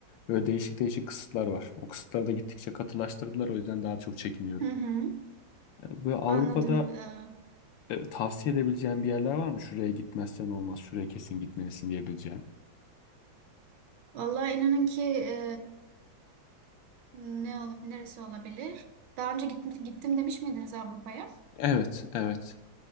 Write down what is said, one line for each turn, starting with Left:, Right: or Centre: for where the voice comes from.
Left: Böyle değişik değişik kısıtlar var. O kısıtları da gittikçe katılaştırdılar. O yüzden daha çok çekiniyorum.
Right: Hı hı,
Left: E, Böyle Avrupa'da
Right: anladım. E,
Left: e, tavsiye edebileceğin bir yerler var mı? Şuraya gitmezsen olmaz, şuraya kesin gitmelisin diyebileceğin.
Right: vallahi inanın ki e, ne olup neresi olabilir? Daha önce gittim, gittim demiş miydiniz Avrupa'ya?
Left: Evet, evet.